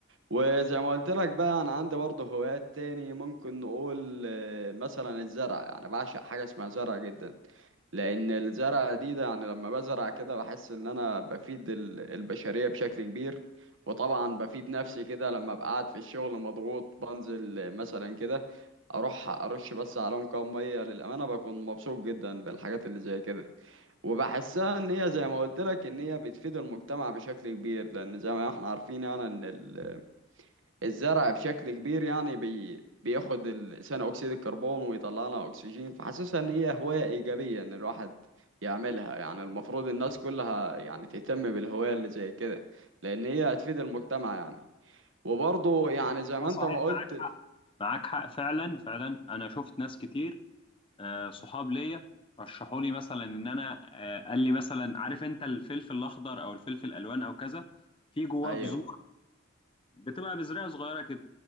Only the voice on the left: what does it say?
لا
صحيح
معاك حق
معاك حق فعلا فعلا انا شفت ناس كتير آه، صحاب ليا رشحوا لي مثلا ان انا آه، قال لي مثلا عارف انت الفلفل الاخضر او الفلفل الالوان او كذا في جواه
بذور بتبقى بزرعه صغيره كده